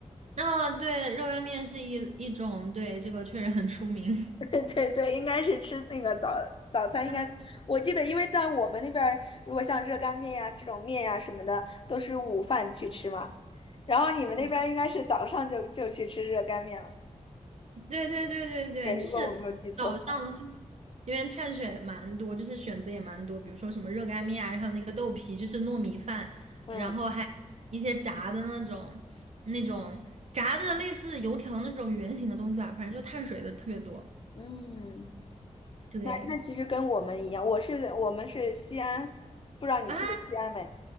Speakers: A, on the right; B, on the left.
A: 啊，对，热干面是一一种，对，这个确实很出名。
B: <laughs> 对对对，应该是吃那个早早餐，应该我记得，
A: 啊，
B: 因为在我们那边儿，如果像热干面呀这种面呀什么的，都是午饭去吃嘛。然后你们那边儿应该是早上就就去吃热干面了，
A: 我对对对对对，
B: 对，如果我没有记错的话。
A: 就是早上的话，因为碳水蛮多，就是选择也蛮多，比如说什么热干面啊，然后那个豆皮，就是糯米饭，
B: 嗯
A: 然后还一些炸的那种，那种炸的类似油条那种圆形的东西吧，反正就碳水的特别多。
B: 嗯，
A: 对
B: 那那其实跟我们一样，我是我们是西安，不知道你去过西安没？
A: 啊，